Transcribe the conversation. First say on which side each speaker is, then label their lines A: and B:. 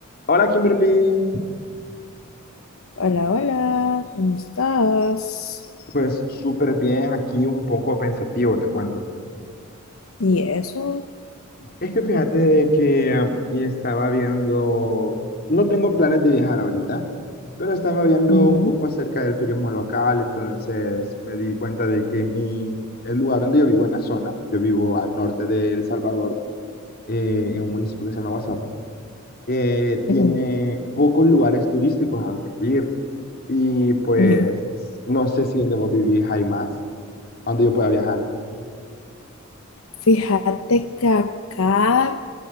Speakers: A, on the left; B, on the left.
A: Hola Kimberly,
B: Hola, hola, ¿cómo estás?
A: pues súper bien, aquí un poco pensativo, te cuento.
B: ¿Y eso?
A: Es que fíjate de que estaba viendo, no tengo planes de viajar ahorita, pero estaba viendo
B: Ujú,
A: un poco acerca del turismo local, entonces me di cuenta de que mi, el lugar donde yo vivo, en la zona, yo vivo al norte de El Salvador, eh, en un municipio que se llama Guasapa, eh, tiene
B: ujú,
A: pocos lugares turísticos a donde ir y pues
B: ujú.
A: no sé si donde vos vivís hay más, a donde yo pueda viajar.
B: Fíjate que acá